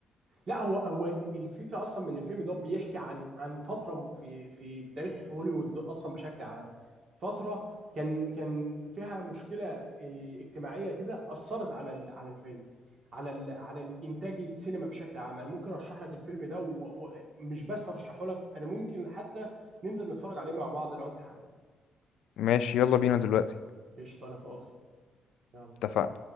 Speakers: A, on the right; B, on the left.
A: لا هو هو الفكره اصلا من الفيلم ده بيحكي عن عن فتره في في في تاريخ هوليوود اصلا بشكل عام فتره كان كان فيها مشكله إيه، اجتماعيه كده اثرت على ال- على الفيلم على ال على الانتاج السينما بشكل عام انا ممكن ارشح لك الفيلم ده ومش بس ارشحه لك انا ممكن حتى ننزل نتفرج عليه مع بعض لو انت حابب
B: ماشي يلا بينا دلوقتي
A: قشطه انا فاضي يلا
B: اتفقنا